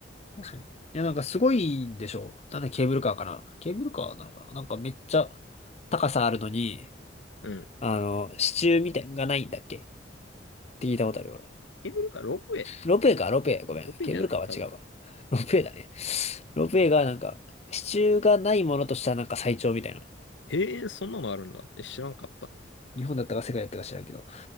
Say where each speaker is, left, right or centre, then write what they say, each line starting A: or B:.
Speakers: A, on the left; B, on the left.
A: 確かに。いや、なんかすごいんでしょなんでケーブルカーかなケーブルカーなのかななんかめっちゃ高さあるのに、
B: うん。
A: あの、支柱みたいなのがないんだっけって聞いたことあるよ、俺。
B: ケーブルカー、ロープウェイ
A: ロープウェイか、ロープウェイ。ごめん。
B: ロープウェイじゃない多分。
A: ケーブルカーは違うわ。ロープウェイだね。ロープウェイがなんか、支柱がないものとしたらなんか最長みたいな。
B: へえ、そんなのあるんだ。え、知らんかった。
A: 日本だったか世界だったか知らんけど。